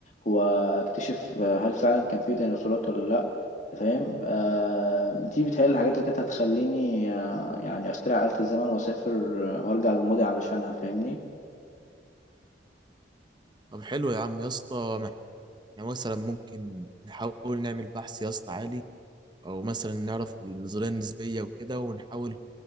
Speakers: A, on the left; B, on the right.
A: واكتشف آه، هل فعلا كان في ديناصورات ولا لا انت فاهم آه دي بتهيألي الحاجات اللي كانت هتخليني آه يعني اخترع آلة الزمن واسافر آه، وارجع للماضي علشانها فاهمني
B: طب حلو يا عم يا اسطى احنا مثلا ممكن نحاول نعمل بحث يا اسطى عالي او مثلا نعرف النظريه النسبيه وكده ونحاول